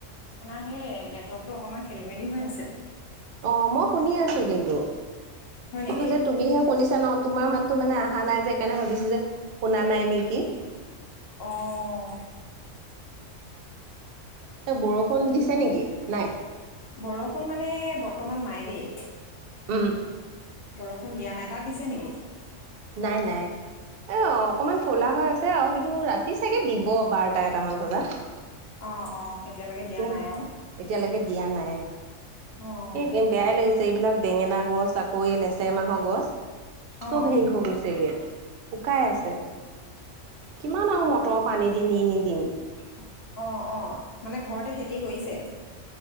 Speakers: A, on the left (about 55°); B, on the right (about 60°).
A: আপোনাৰ সেই নেটৱৰ্কটো অকণমান খেলি মেলি হৈ আছে।
B: অ' মই শুনি আছোঁ কিন্তু,
A: হয়
B: কিন্ত
A: নেকি
B: যে তুমি শুনিছা ন'? তোমাৰ মাতটো মানে অহা নাই যে সেইকাৰণে ভাবিছোঁ যে শুনা নাই নেকি।
A: অ'।
B: এ, বৰষুণ দিছে নেকি নাই?
A: বৰষুণ মানে বৰ্তমান নাই দেই।
B: উম।
A: বৰষুণ দিয়া নাই। তাত দিছে নেকি?
B: নাই নাই। অ' অকণমান ক'লা হৈ আছে আৰু কিন্তু ৰাতি চাগে দিব বাৰটা এটামান বজাত।
A: অ', অ' এতিয়ালৈকে
B: এতিয়া
A: দিয়া নাই আৰু।
B: এতিয়ালৈকে দিয়া নাই।
A: অঁ
B: এই <unintelligible> বেয়াই লাগিছে, এইবিলাক বেঙেনা গছ, আকৌ এই লেছেৰা মাহৰ গছ। চব
A: অঁ
B: হেৰি হৈ গৈছেগে, শুকাই আছে। কিমান আৰু মটৰৰ পানী দি নি নি দিম।
A: অ', অ' মানে ঘৰতে খেতি কৰিছে?